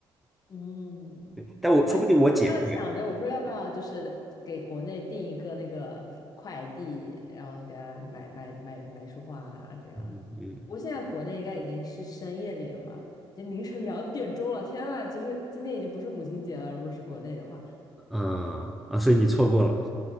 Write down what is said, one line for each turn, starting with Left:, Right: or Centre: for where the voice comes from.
Left: 嗯，
Centre: <laughs> 但我说不定我姐会，
Left: 我也我这样想着，我说要不要就是给国内订一个那个快递，然后给他买买买买束花啊，这样。
Centre: 嗯嗯
Left: 不过现在国内应该已经是深夜里了吧，已经凌晨两点钟了。天呐，其实今天已经不是母亲节了，如果是国内的话，
Centre: 嗯啊，所以你错过了，